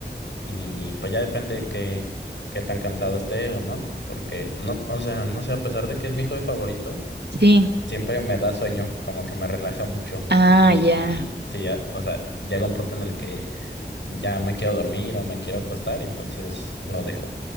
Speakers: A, on the left (about 80°); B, on the right (about 65°).
A: Y pues ya depende qué, qué tan cansado esté o no, porque no, o sea, no sé, a pesar de que es mi hobby favorito,
B: Sí.
A: siempre me da sueño, como que me relaja mucho.
B: Ah,
A: Y
B: ya.
A: sí, ya, o sea, llega un punto en el que ya me quiero dormir o me quiero acostar, entonces lo dejo.